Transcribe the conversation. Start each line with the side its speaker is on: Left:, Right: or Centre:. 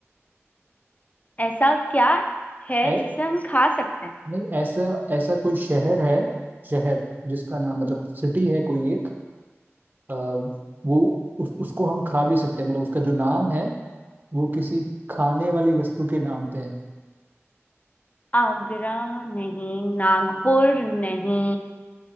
Left: ऐसा क्या है
Right: ऐ,
Left: जिसे हम खा सकते हैं
Right: नहीं ऐसा ऐसा कोई शहर है शहर जिसका नाम मतलब सिटी है कोई एक अ, वो उस, उसको हम खा भी सकते हैं मतलब उसका जो नाम है वो किसी खाने वाली वस्तु के नाम पे है
Left: आगरा नहीं नागपुर नहीं